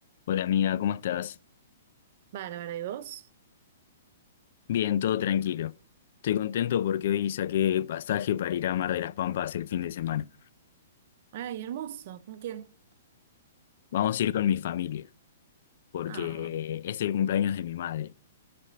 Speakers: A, on the left; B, on the right.
A: Hola amiga, ¿cómo estás?
B: Bárbara, ¿y vos?
A: Bien, todo tranquilo. Estoy contento porque hoy saqué pasaje para ir a Mar de las Pampas el fin de semana.
B: Ay, hermoso. ¿Con quién?
A: Vamos a ir con mi familia, porque
B: Ah,
A: es el cumpleaños de mi madre.